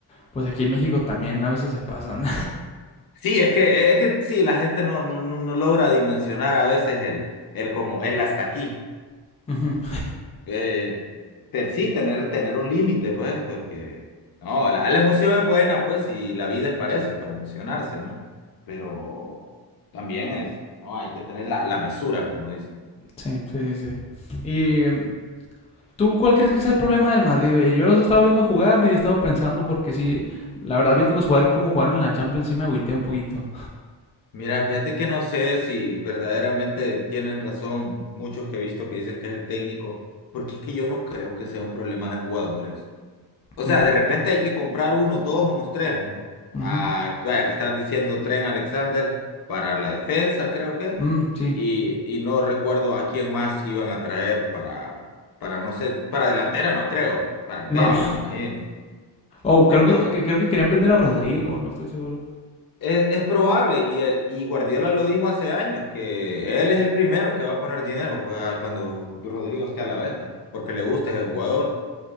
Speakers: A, on the left; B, on the left.
A: pues aquí en México también a veces se pasan.
B: Sí, es que, es que sí, la gente no, no, no no logra dimensionar a veces el, el como el hasta aquí.
A: <laughs> Ujú.
B: Eh, te- sí, tener, tener un límite, pues, porque no, la, la emoción es buena, pues, y la vida es para eso, para emocionarse, ¿no? Pero también es, no, hay que tener la, la mesura, como dicen.
A: sí, sí, sí, sí. ¿Y tú cuál crees que sea el problema del Madrid? Oye, yo los he estado viendo jugar y he estado pensando porque sí, la verdad viéndolos jugar como jugaron en la Champions sí me agüité un poquito.
B: Mira, fíjate que no sé si verdaderamente tienen razón muchos que he visto que dicen que es el técnico, porque es que yo no creo que sea un problema de jugadores. O
A: Mm,
B: sea, de repente hay que comprar unos dos, unos tres, ¿no?
A: ujú.
B: Ah, vaya, que están diciendo Tren Alexander para la defensa, creo que.
A: Mm, sí.
B: Y, y no recuerdo a quién más iban a traer para, para, no sé, para delantera, no creo, para el medio,
A: No.
B: me imagino.
A: Oh, creo
B: Entonces,
A: que, que- creo que querían vender a Rodrigo, no estoy seguro.
B: es, es probable, y, eh, y Guardiola lo dijo hace años, que él es el primero que va a poner dinero pues, a- cuando Rodrigo esté a la venta, porque le gusta ese jugador.